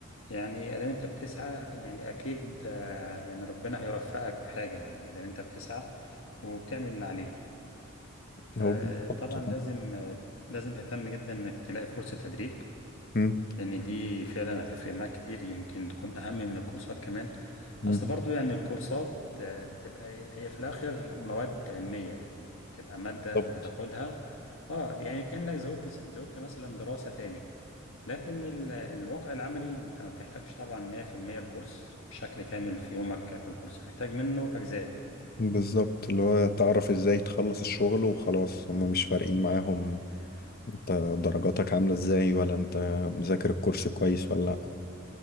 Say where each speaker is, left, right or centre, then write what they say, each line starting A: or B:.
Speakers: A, on the left; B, on the left.
A: يعني ادام انت بتسعى يعني اكيد آه، يعني ربنا هيوفقك في حاجه يعني ادام انت بتسعى وبتعمل اللي عليك فطبعا
B: هو بالظبط
A: لازم آه، لازم تهتم جدا انك تلاقي فرصه تدريب
B: مم.
A: لان دي فعلا هتفرق معاك كتير يمكن تكون اهم من الكورسات كمان
B: مم.
A: اصل برضو يعني الكورسات آه، بتبقى هي في الاخر مواد علمية يعني بتبقى مادة
B: بالظبط
A: بتاخدها اه يعني كأنك زودت زودت مثلا دراسة تاني لكن ال- الواقع العملي انت ما بتحتاجش طبعا 100% الكورس بشكل كامل في يومك في الكورس بتحتاج منه اجزاء
B: بالظبط اللي هو تعرف ازاي تخلص الشغل وخلاص هما مش فارقين معاهم انت درجاتك عاملة ازاي ولا انت مذاكر الكورس كويس ولا لا